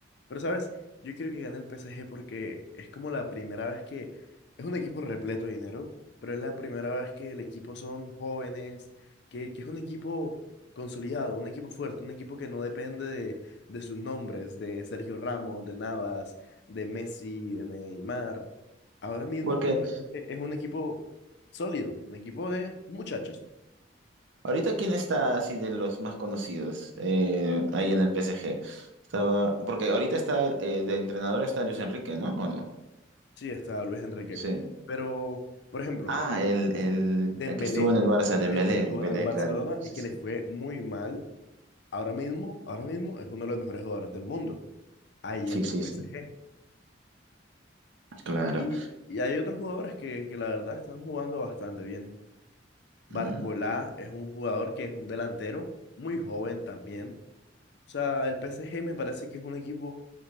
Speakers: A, on the left (about 60°); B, on the right (about 75°).
A: pero, ¿sabes? Yo quiero que gane el PSG porque es como la primera vez que es un equipo repleto de dinero, pero es la primera vez que el equipo son jóvenes, que, que es un equipo consolidado, un equipo fuerte, un equipo que no depende de, de sus nombres, de Sergio Ramos, de Navas, de Messi, de Neymar. Ahora mismo
B: Porque
A: el PSG es un equipo sólido, un equipo de muchachos.
B: ahorita, ¿quién está así de los más conocidos eh, ahí en el PSG? Estaba, porque ahorita está eh, de entrenador está Luis Enrique, ¿no? ¿O no?
A: Sí, está Luis Enrique.
B: Sí.
A: Pero, por ejemplo,
B: Ah, el, el,
A: Dembélé.
B: el que estuvo en el Barça, Dembélé,
A: el que estuvo
B: Dembélé,
A: en el Barcelona
B: claro. Sí,
A: y que
B: sí.
A: le fue muy mal. Ahora mismo, ahora mismo es uno de los mejores jugadores del mundo, ahí
B: Sí,
A: en
B: sí,
A: el PSG.
B: sí. Claro.
A: Y, y hay otros jugadores que, que la verdad están jugando bastante bien. Barcolá
B: Ah.
A: es un jugador que es un delantero muy joven también. O sea, el PSG me parece que es un equipo